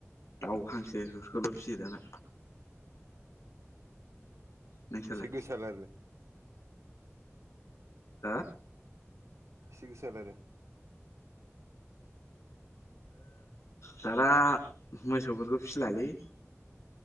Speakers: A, on the left; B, on the right.
A: दाउ हांसो बेफोरखौल' फिसियो दाना। नोंसालाय
B: सिगसालाराल
A: हा
B: सिगिसल आरो
A: दाना मोसौफोरखौ फिसिलालै